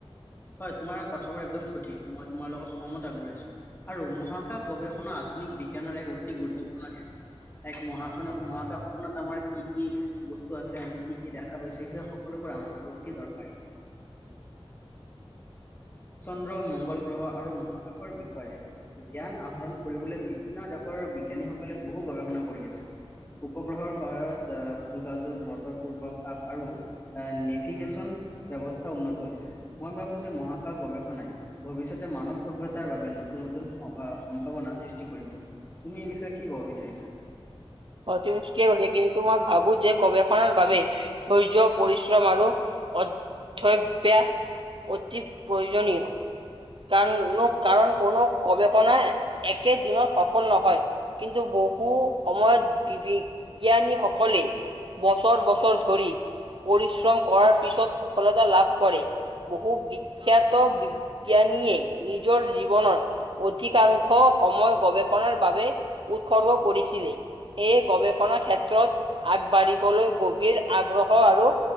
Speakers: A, on the left (about 20°); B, on the right (about 55°).
A: হয় তোমাৰ কথাবোৰ একদম সঠিক মই তোমাৰ লগত সময় আগবঢ়াইছোঁ। আৰু মহাকাশ গৱেষণা আধুনিক বিজ্ঞানৰ এক অতি গুৰুত্বপূৰ্ণ ক্ষেত্ৰত- তাইক মহাাসনত মহাকাশখনত আমাৰ কি কি- বস্তু আছে আমি কি কি দেখা পাইছো সকলোবোৰ আমাৰ বাবে অতি দৰকাৰী।
B: <inaudible>
A: চন্দ, মংগল আৰু মহাকাশৰ বিষয়ে- জ্ঞান আহৰণ কৰিবলৈ বিভিন্ন দেশৰ বিজ্ঞানীসকলে বহু গৱেষণা কৰি আছে। উপগ্ৰহৰ সহায়ত আহ যোগাযোগ, বতৰ, পূৰ্বাভাস আৰু, আ নেভিগেশ্বন, ব্যৱস্থা উন্নত হৈছে। মই ভাবো যে মহাকাশ গৱেষণাই ভৱিষ্যতে মানৱ সভ্যতাৰ- নতুন নতুন স সম্ভাৱনাৰ সৃষ্টি কৰিব তুমি এই বিষয়ে কি ক'ব বিচাৰিছা।
B: অ তুমি ঠিকেই কৈছা কিন্তু তোমাৰ ভাবো যে গৱেষণাৰ বাবে। ধৈৰ্য্য পৰিশ্ৰম আৰু অধ্যতব্যাস। অতি প্ৰয়োজনীয়। কাৰণ কাৰণ কোনো গৱেষণাই একে দিনত সফল নহয়। কিন্তু বহু সময়ত বি বিজ্ঞানীসকলে। বছৰ বছৰ ধৰি। পৰিশ্ৰম কৰাৰ পিছত সফলতা লাভ কৰে বহু বিখ্যাত বি। বিজ্ঞানীয়ে নিজৰ জীৱনৰত। অধিকাংশ সময় গৱেষণাৰ বাবে উৎসৰ্গ কৰিছিলে। সেয়ে গৱেষণা ক্ষেত্ৰত আগবাঢ়িবলৈ গভীৰ আগ্ৰহ আৰু